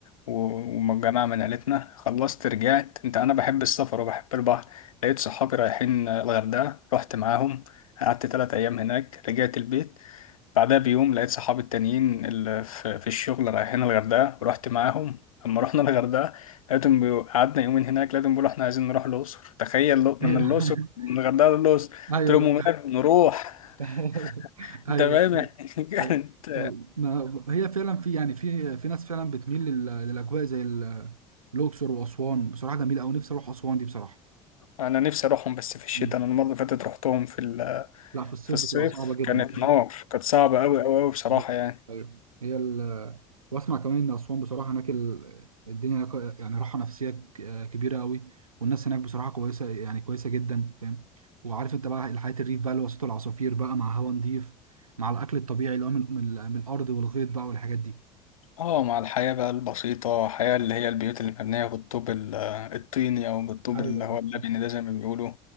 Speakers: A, on the left (about 80°); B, on the right (about 85°).
A: و- وجماعه من عيلتنا خلصت رجعت انت انا بحب السفر وبحب البحر لقيت صحابي رايحين آه، الغردقه رحت معاهم قعدت ثلاث ايام هناك رجعت البيت بعدها بيوم لقيت صحابي التانيين اللي في, في الشغل رايحين الغردقة ورحت معاهم اما رحنا الغردقة لقيتهم بيقو- قعدنا يومين هناك لقيتهم بيقولوا احنا عايزين نروح الأقصر تخيل لو-
B: <laughs>
A: من الأقصر من الغردقة للأقصر
B: أيوه
A: قلت لهم وماله نروح
B: <laughs>
A: <laughs>
B: أيوه
A: انت فاهم
B: بالظبط.
A: يعني <laughs> كانت
B: أيوه. ما هي فعلا في يعني في في ناس فعلا بتميل لل- للأجواء زي ال- الأقصر وأسوان بصراحة جميلة أوي نفسي أروح أسوان دي بصراحة
A: انا نفسي اروحهم بس في الشتاء
B: مم.
A: انا المرة اللي فاتت رحتهم في ال...
B: لا في الصيف
A: في الصيف
B: بتبقى صعبة جدا
A: كانت
B: بصراحة
A: نار كانت صعبة أوي أوي أوي بصراحة
B: بالظبط.
A: يعني
B: ايوه هي ال واسمع كمان ان اسوان بصراحه هناك ال- الدنيا هناك يعني راحه نفسيه ك- كبيره قوي والناس هناك بصراحه كويسه يعني كويسه جدا فاهم وعارف انت بقى الحياه الريف بقى اللي وسط العصافير بقى مع هوا نضيف مع الاكل الطبيعي اللي هو من, من, من الارض والغيط بقى والحاجات دي
A: اه مع الحياة بقى البسيطة حياة اللي هي البيوت اللي مبنية بالطوب ال- الطيني أو بالطوب
B: ايوه
A: اللي هو
B: بالظبط
A: اللبني ده زي ما بيقولوا